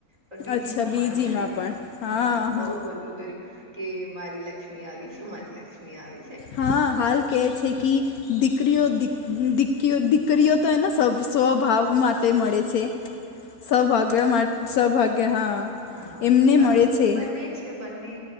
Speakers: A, on the right; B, on the left.
A: પણ બીજીમાં
B: અચ્છા
A: પણ
B: બીજીમાં
A: કરી્યું
B: પણ હા
A: હ બહ
B: હા
A: બધું હું કર્યું કે મારી લક્ષ્મી આવી છે મારી લક્ષ્મી આવી છે
B: હા હાલ કે છે કે દીકરીઓ દી દીરીઓ દીકરીઓ તો એને સ્વભાવ માટે મળે છે સૌભાગ્ય માટે સૌભાગ્ય હા
A: હા
B: એમને
A: પણ
B: મળે છે
A: બંને છે બંને